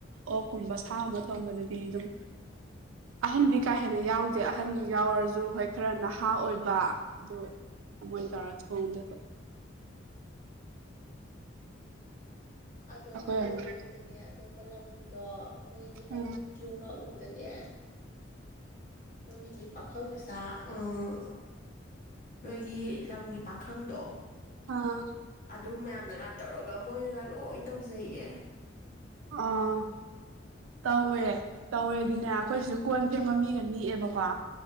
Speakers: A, on the right (about 85°); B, on the left (about 45°).
A: ꯑꯣꯛꯀꯨꯝꯕ ꯁꯥꯒꯨꯝꯕ ꯊꯣꯡꯕꯗꯗꯤ ꯑꯗꯨꯝ
B: <unintelligible>
A: ꯑꯍꯟꯗꯤ ꯀꯥ ꯍꯦꯟꯅ ꯌꯥꯎꯗꯦ ꯑꯍꯟ ꯌꯥꯎꯔꯁꯨ ꯍꯣꯏ ꯈꯔ ꯅꯍꯥ ꯑꯣꯏꯕ ꯑꯗꯣ ꯑꯃꯣꯏ ꯇꯥꯔ ꯊꯣꯡꯗꯕ
B: ꯑꯗꯣ
A: ꯑꯩꯈꯣꯏ
B: ꯑꯩꯅ
A: ꯑꯃꯨꯛ
B: ꯎꯕꯗꯅꯦ ꯑꯇꯣꯞꯄ ꯂꯝꯒꯤꯗꯣ ꯃꯣꯏꯒꯤ ꯍꯥꯏꯗꯤ
A: ꯎꯝ
B: ꯕꯤꯗꯤꯑꯣꯒ ꯎꯕꯗ ꯑꯗꯨꯗꯅꯦ ꯃꯣꯏꯒꯤꯗꯤ ꯄꯥꯈꯪ ꯃꯆꯥ ꯎꯝ ꯅꯣꯏꯒꯤ ꯂꯝꯒꯤ ꯄꯥꯈꯪꯗꯣ
A: ꯑꯥ
B: ꯑꯗꯨ ꯃꯌꯥꯝꯅꯒ ꯇꯧꯔꯒ ꯃꯣꯏꯅꯒ ꯂꯣꯏ ꯇꯧꯖꯩꯑꯦ
A: ꯑꯥ
B: <unintelligible>
A: ꯇꯧꯋꯦ ꯇꯧꯋꯦ ꯑꯗꯨꯅꯦ ꯑꯩꯈꯣꯏꯁꯤꯁꯨ ꯀꯣꯟ ꯐꯦꯡꯕ ꯃꯤꯒ ꯅꯦꯛꯑꯦꯕꯀꯣ